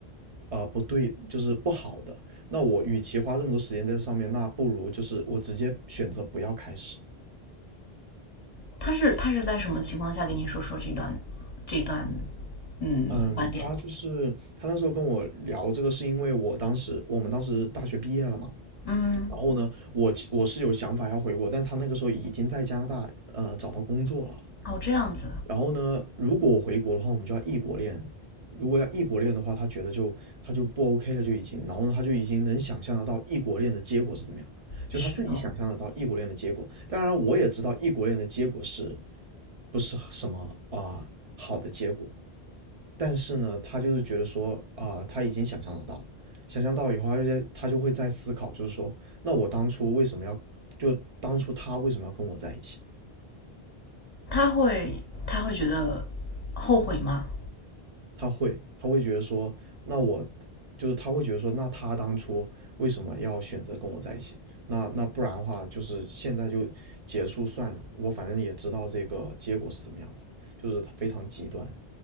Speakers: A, on the right (about 35°); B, on the left (about 35°).
A: 啊呃不对，就是不好的，那我与其花这么多时间在这上面，那不如就是我直接选择不要开始。
B: 他是他是在什么情况下跟你说说这段这段嗯观点？
A: 嗯，他就是他那时候跟我聊这个，是因为我当时我们当时大学毕业了嘛，
B: 嗯，
A: 然后呢，我我是有想法要回国，但他那个时候已经在加拿大呃找到工作了。
B: 哦这样子，
A: 然后呢，如果我回国的话，我们就要异国恋。如果要异国恋的话，他觉得就他就不 OK 了，就已经。然后呢，他就已经能想象得到异国恋的结果是怎么样，就他自己想象得到异国恋的结果。
B: 是的。
A: 当然，我也知道异国恋的结果是不是什么啊、呃好的结果，但是呢，他就是觉得说啊、呃他已经想象得到了，想象到以后，他就在他就会在思考，就是说，那我当初为什么要，就当初他为什么要跟我在一起？
B: 他会他会觉得后悔吗？
A: 他会，他会觉得说，那我就是他会觉得说，那他当初为什么要选择跟我在一起？那那不然的话，就是现在就结束算了，我反正也知道这个结果是怎么样子，就是非常极端。